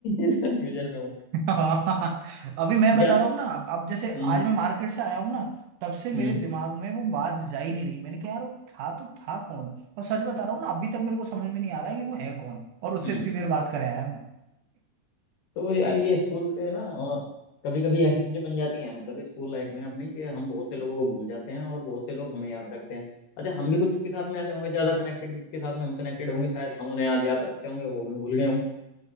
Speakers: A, on the left; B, on the right.
A: <laughs> इस कंफ्यूजन में हूँ
B: <laughs> हाँ, अभी मैं बता
A: यार
B: रहा हूँ ना अब अब जैसे
A: हम्म
B: आज मैं मार्केट से आया हूँ ना तब से मेरे
A: हम्म
B: दिमाग में वो बात जा ही नहीं रही मैंने कहा यार वो था तो था कौन और सच बता रहा हूँ ना अभी तक मेरे को समझ में नहीं आ रहा है कि वो है कौन और उससे
A: हम्म
B: इतनी देर बात करे आया मैं
A: तो यार ये स्कूल के ना कभी कभी ऐसी चीजें बन जाती हैं मतलब स्कूल लाइफ में अपनी कि हम बहुत से लोगों को भूल जाते हैं और बहुत से लोग हमें याद रखते हैं अच्छा हम भी कुछ के साथ में ऐसे होंगे ज्यादा कनेक्टेड जिसके साथ में हम कनेक्टेड होंगे शायद हम उन्हें याद याद रखते होंगे वो हमें भूल गए होंगे